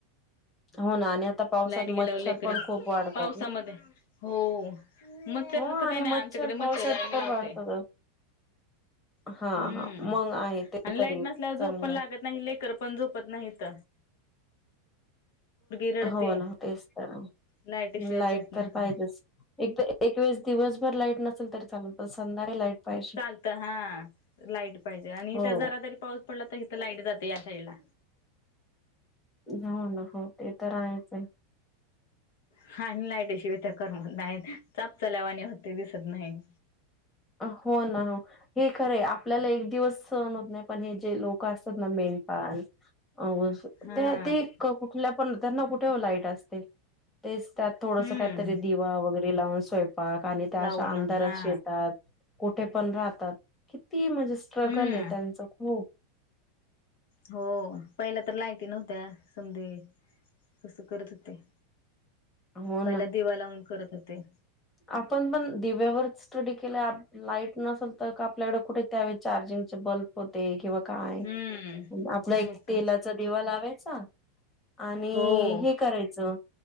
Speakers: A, on the left; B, on the left.
A: हो ना आणि आता पावसात
B: लाईट गेल्यावर
A: मच्छर
B: लेकर
A: पण खूप वाढतात
B: पावसामध्ये
A: ना?
B: हो मच्छर
A: हो
B: तसं काही
A: आणि
B: नाही
A: मच्छर
B: आमच्याकडे
A: पावसातत
B: जाळी मी
A: तर
B: लावते
A: वाढतातच
B: हम्म
A: हा हा मग आहे ते
B: आणि
A: तरी
B: लाईट नसल्यावर झोप
A: चांगलंय
B: पण लागत नाही लेकर पण झोपत नाही हीथ रडते
A: हो ना तेच तर
B: लाईटीशिवाय
A: लाईट
B: झोप नाही
A: तर पाहिजेच एकदा एकवेेळेस दिवसभर लाईट नसेल तरी चाल संध्याकाळी लाईट पाहिजे
B: चालतं हा लाईट पाहिजे आणि
A: हो
B: इथ जरा तरी पाऊस पडला तर इथं लाईट जाते या साईड ला
A: हो ना हो ते तर आहेच आहे.
B: हा. आणि लाईटी शिवाय तर करमत नाय चाप चल्यावाणी होतय दिसत न्हाय.
A: अ हो ना हे खरंय आपल्याला एक दिवस सहण होत नाय पण हे जे लोक असतात ना मेंढपाल आहो असं
B: हा
A: ते ते क कुठल्या पण त्यांना कुठे ओ लाईट असते. तेच त्यात थोडस
B: हम्म
A: कायतरी दिवा वगैरे लावून स्वय पाक आणि त्या
B: लावून
A: अशा अंधारात
B: हा
A: शेतात कुठे पण राहतात. किती म्हणजे स्ट्रगल
B: हम्म
A: ये त्यांच खूप
B: हो पहिल्या तर लाईटी नव्हत्या समदे कस करत होते.
A: हो
B: पहिला
A: ना
B: दिवा लावून करत होते.
A: आपण पण दिव्यावरच स्टडी केलं लाईट नसल त आपल्याकड कुठे त्यावेळी चार्जिंगचे बल्ब होते किंवा काय
B: हम्म
A: आपलं एक
B: नव्हता
A: तेलाच दिवा लावायचा आणि
B: हो
A: हे करायचं